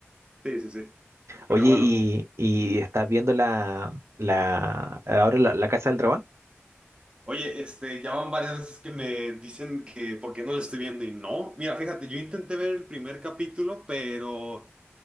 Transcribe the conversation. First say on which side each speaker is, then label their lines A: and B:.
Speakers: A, on the right (about 20°); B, on the right (about 75°).
A: Sí, sí, sí. Pero
B: Oye, ¿y,
A: bueno.
B: y estás viendo la, la, ahora la, la Casa del Dragón?
A: Oye, este, ya van varias veces que me dicen que por qué no lo estoy viendo y no. Mira, fíjate, yo intenté ver el primer capítulo, pero